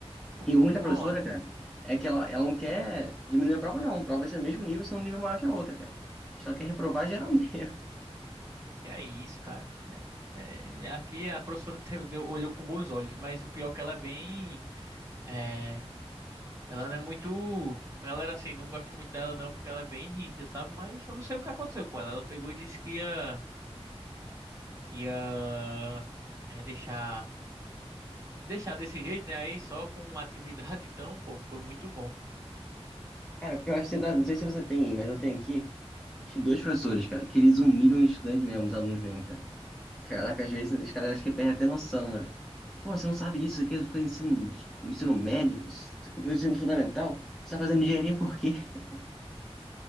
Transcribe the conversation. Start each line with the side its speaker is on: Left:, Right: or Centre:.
Right: Pô,
Centre: E o ruim da
Right: ontem.
Centre: professora, cara, é que ela, ela não quer diminuir a prova, não. A prova vai ser no mesmo nível, se não um nível maior que a outra, cara. Só quer reprovar geral mesmo.
Right: Que é isso, cara? É, aqui a professora <laughs> teve- deu- olhou com bons olhos, mas o pior é que ela é bem. É, ela não é muito. A galera assim, não gosta muito dela não, porque ela é bem rígida, sabe? Mas eu não sei o que aconteceu com ela. Ela pegou e disse que ia. ia. é, deixar. deixar desse jeito, né? Aí só com atividade, <laughs> então, pô, foi muito bom.
Centre: Cara, porque eu acho que você não sei se você tem, aí, mas eu tenho aqui acho que dois professores, cara, que eles humilham os estudantes mesmo, os alunos mesmo, cara. Caraca, às vezes os caras acham que perdem até noção, mano. Pô, você não sabe isso isso aqui, é coisa de ensino, ensino médio, isso aqui é coisa de ensino fundamental? Você tá fazendo engenharia por quê? <laughs>